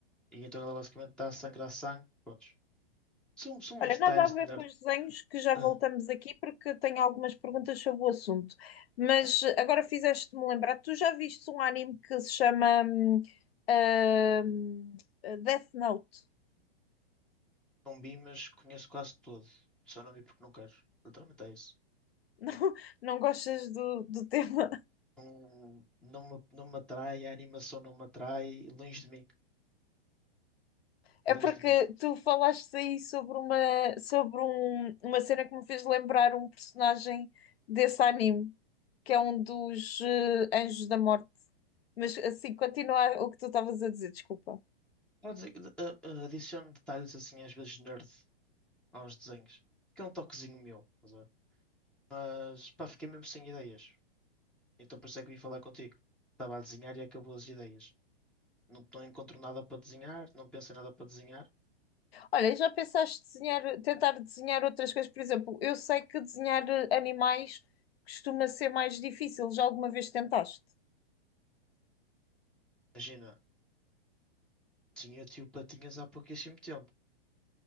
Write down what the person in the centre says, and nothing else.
E então ela basicamente está a sangrar sangue. Prontos. São, são
uns
detalhes
de nerd.
Ah,
não vi, mas conheço quase todo. Só não vi porque não quero. Literalmente é isso.
Não, não me, não me atrai, a animação não me atrai. Longe de mim.
Longe
de mim.
Vou dizer que, ah, ah, adiciono detalhes assim, às vezes nerd, aos desenhos. Que é um toquezinho meu. estás a ver? Mas pá, fiquei mesmo sem ideias. Então por isso é que vim falar contigo. Estava a desenhar e acabou as ideias. Não, não encontro nada para desenhar, não penso em nada para desenhar.
Imagina. Sim, eu tive patinhas há pouquíssimo tempo.